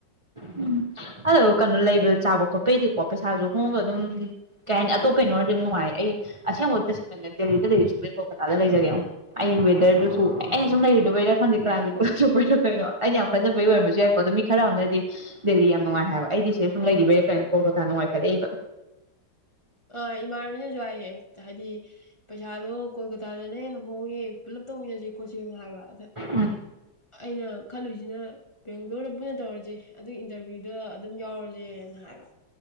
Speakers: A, on the right (about 20°); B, on the left (about 15°).
A: ꯎꯝ ꯑꯗꯣ ꯀꯩꯅꯣ ꯂꯩꯕ ꯆꯥꯕ ꯈꯣꯠꯄꯩꯗꯤꯀꯣ ꯄꯩꯁꯥꯁꯨ ꯍꯣꯡꯕ ꯑꯗꯨꯝ ꯀꯩ ꯍꯥꯏꯅꯤ ꯑꯇꯣꯞꯄꯩꯅꯣꯔꯗꯤ ꯑꯗꯨꯝ ꯅꯨꯡꯉꯥꯏ ꯑꯩ ꯑꯁꯦꯡꯕ ꯇꯁꯦꯡꯅꯪ ꯗꯦꯜꯂꯤꯗ ꯂꯩꯔꯤ ꯁꯨꯕꯩꯦ ꯀꯣꯜꯀꯥꯇꯥꯗ ꯂꯩꯖꯒꯦ ꯑꯃꯨ ꯑꯩ ꯋꯦꯔꯗꯨꯁꯨ ꯑꯦꯩꯅ ꯁꯨꯝ ꯂꯩꯔꯨꯗꯕꯩꯔꯥ ꯈꯪꯗꯦ ꯀ꯭ꯔꯥꯏꯝꯁꯦ ꯄꯂꯄꯔꯣ ꯀꯩꯅꯣ ꯑꯩꯅ ꯌꯥꯝ ꯈꯟꯖꯕꯩ ꯑꯣꯏꯔꯃꯁꯨ ꯌꯥꯏꯀꯣ ꯑꯗꯣ ꯃꯤ ꯈꯔ ꯑꯃꯝꯅꯗꯤ ꯗꯦꯜꯂꯤ ꯌꯥꯝ ꯅꯨꯡꯉꯥꯏ ꯍꯥꯏꯕ ꯑꯩꯗꯤ ꯁꯦ ꯁꯨꯝ ꯂꯩꯈꯤꯕꯩꯔ ꯀꯩꯅꯣ ꯀꯣꯜꯀꯇꯥ ꯅꯨꯡꯉꯥꯏꯈꯠꯂꯛꯏꯕ
B: ꯑ ꯏꯃꯥ ꯃꯤꯅꯖꯋꯥꯌꯦ ꯍꯥꯏꯗꯤ ꯄꯩꯁꯥꯗꯣ ꯀꯣꯜꯀꯇꯥꯗꯅ ꯍꯦꯟꯅ ꯍꯣꯡꯉꯦ ꯄꯨꯂꯞ ꯇꯧꯃꯤꯟꯅꯁꯦ ꯈꯣꯠꯁꯦꯅ ꯍꯥꯏꯕ ꯑꯗ
A: ꯎꯝ
B: ꯑꯩꯅ ꯈꯜꯂꯨꯁꯤꯅ <inaudible> ꯂꯣꯏꯔꯕ ꯄꯨꯅ ꯇꯧꯔꯁꯦ ꯑꯗꯨꯒꯤ ꯏꯟꯇꯔꯚꯤꯌꯨ ꯑꯗꯨꯗ ꯑꯗꯨꯝ ꯌꯥꯎꯔꯖꯦꯅ ꯍꯥꯏꯕ